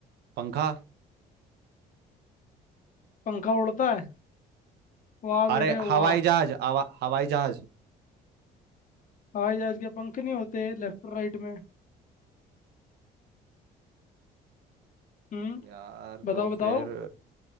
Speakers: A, on the right (about 75°); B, on the left (about 50°).
A: पंखा
B: पंखा उड़ता है वाह बेटे
A: अरे हवाई
B: वाह
A: जहाज हवा हवाई जहाज
B: हवाई जहाज के पंख नहीं होते लेफ्ट राइट में हम्म
A: यार
B: बताओ
A: तो
B: बताओ
A: फिर